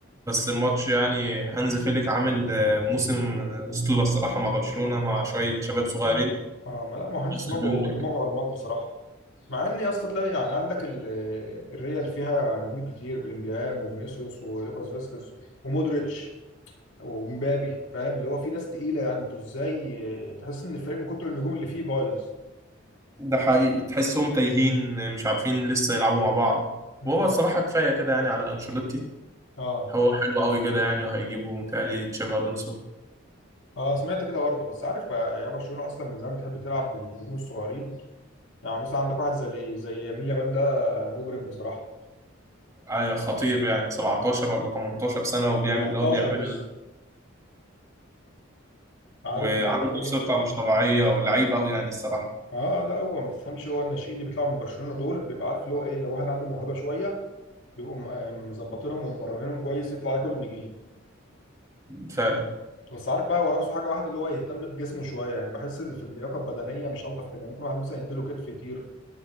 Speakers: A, on the right; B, on the left.
A: بس الماتش يعني هانز فيليك عامل آه، موسم آه، أسطورة الصراحة مع برشلونة مع شوية شباب صغيرين
B: اه ما لا ما هو هانز
A: وصل
B: دماغه
A: بيهم
B: دماغه الماط بصراحه مع ان يا اسطى تلاقي يعني عندك ال- الريال فيها نجوم كتير بلينجهام وفينيسيوس ولوكاس فاسكيز ومودريتش ومبابي فاهم اللي هو في ناس تقيله يعني انتوا ازاي آه، تحس ان الفريق من كتر النجوم اللي فيه بايظ
A: ده حقيقي تحسهم تايهين مش عارفين لسه يلعبوا مع بعض
B: امم
A: وهو الصراحة كفاية كده يعني على أنشيلوتي
B: اه
A: هو حلو قوي كده يعني وهيجيبوا متهيألي تشافي ألونسو
B: اه سمعت كده برضه بس عارف بقى يا برشلونه اصلا من زمان بتحب تلعب بالنجوم الصغيرين يعني مثلا عندك واحد زي زي يمين يامال ده آه، مجرم بصراحه
A: آه، خطير يعني 17 ولا 18 سنة وبيعمل
B: 17
A: اللي هو بيعمله
B: لسه
A: ده
B: عارف
A: وعنده
B: اللي هو ايه
A: ثقة مش طبيعية ولعيب قوي يعني الصراحة
B: اه لا هو ما تفهمش هو الناشئين اللي بيطلعوا من برشلونه دول بيبقى عارف اللي هو ايه لو واحد عنده موهبه شويه بيبقوا م- آه، مظبطينهم وممرنينهم كويس يطلع ياكل النجيله
A: فعلا
B: بس عارف بقى هو ناقصه حاجه واحده اللي هو يهتم بجسمه شويه يعني بحس اللي في اللياقه البدنيه مش الطف كده ممكن واحد مثلا يديله كتف يطير